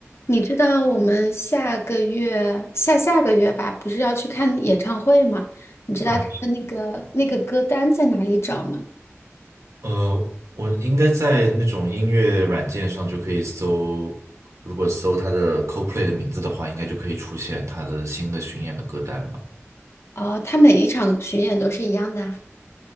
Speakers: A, on the left; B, on the right.
A: 你知道我们下个月、下下个月吧，不是要去看演唱会吗？你知道他的那个那个歌单在哪里找吗？
B: 啊，呃，我应该在那种音乐软件上就可以搜，如果搜他的 c o l p l a y 的名字的话，应该就可以出现他的新的巡演的歌单吧。
A: 哦，他每一场巡演都是一样的啊